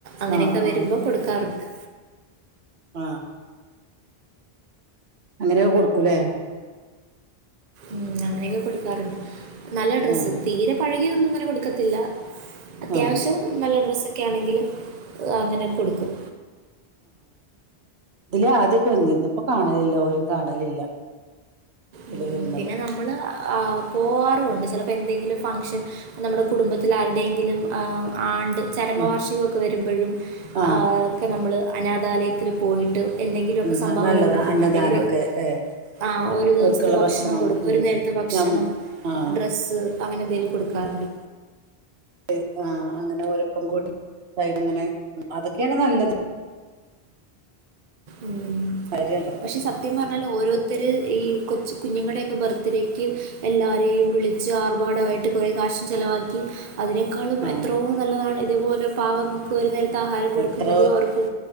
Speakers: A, on the right; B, on the right.
A: അങ്ങനെയൊക്കെ
B: ആഹ്
A: വരുമ്പോ കൊടുക്കാറുണ്ട്
B: ആ അങ്ങനൊക്കെ കൊടുക്കൂലേ
A: ഉം അങ്ങനെയൊക്കെ കൊട്ക്കാറ്ണ്ട് നല്ല ഡ്രസ്സ്
B: ആഹ്
A: തീരെ പഴകിയതൊന്നും ഇങ്ങനെ കൊടുക്കത്തില്ല അത്യാവശ്യം
B: ആഹ്
A: നല്ല ഡ്രസ്സൊക്കെ ആണെങ്കിലും ഓ അങ്ങനെ കൊടുക്കും
B: ഇതിലെ ആദ്യൊക്കെ വന്നിര്ന്നു ഇപ്പൊ കാണലില്ല ഒരും കാണലില്ല ഇതില്
A: ഉം
B: വരുന്നത്
A: പിന്നെ നമ്മള് ആ പോവാറുണ്ട് ചെലപ്പോ എന്തെ ങ്കിലും ഫംഗ്ഷൻ നമ്മുടെ കുടുംബത്തിലാരുടെയങ്കിലും ആ ആണ്ട് ചരമവാർഷികൊക്കെ
B: ആഹ്
A: വരുമ്പഴും
B: ആഹ്
A: ആ ഒക്കെ നമ്മള് അനാഥാലയത്തില് പോയിട്ട് എന്തെങ്കിലൊക്കെ
B: ഉം
A: സംഭാവന
B: അത് നല്ലതാ
A: കൊടുക്കും
B: അന്നദാനൊക്കെ
A: അല്ലെങ്കില് ഓ
B: ല്ലേ
A: ആ ഒരു ദെവസ
B: ഓർക്കുള്ള
A: ത്തെ ഭക്ഷണം കൊടുക്കു
B: ഉം
A: ഒരു നേരത്തെ ഭക്ഷണം
B: ഞം ആഹ്
A: ഡ്രസ്സ് അങ്ങനെ എന്തേലും കൊടുക്കാറുണ്ട്
B: ഹ് ആ അങ്ങനെ ഒരു ഒപ്പക്കൂടി ഇതായിട്ട്ങ്ങനെ അതൊക്കെയാണ് നല്ലത്
A: മ്
B: കാര്യതൊക്കെ
A: പക്ഷെ സത്യം പറ്ഞ്ഞാല് ഓരോരുത്തര് ഈ കൊ ച്ച് കുഞ്ഞുങ്ങള്ടെയൊക്കെ ബർത്ത് ഡേക്ക് എല്ലാരെയും വിളിച്ച് ആർഭാടവായിട്ട് കൊറെ കാശും ചെലവാക്കി അതിനേക്കാളും
B: ആഹ്
A: എത്രോ നല്ലതാണ് ഇതേപോലെ പാവം ക്കൊരു നേരത്തെ ആഹാരം കൊടുക്കുന്നതു
B: എത്ര
A: അവർക്ക്